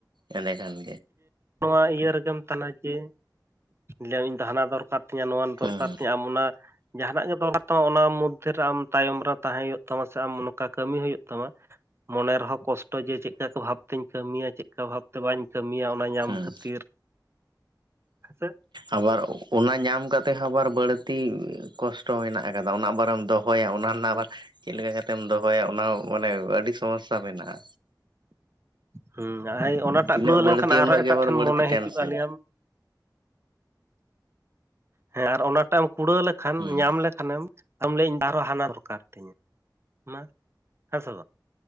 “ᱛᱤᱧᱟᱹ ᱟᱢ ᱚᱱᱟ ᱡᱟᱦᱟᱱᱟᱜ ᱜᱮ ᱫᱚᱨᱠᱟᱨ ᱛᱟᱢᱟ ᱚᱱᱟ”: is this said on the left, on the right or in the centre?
Right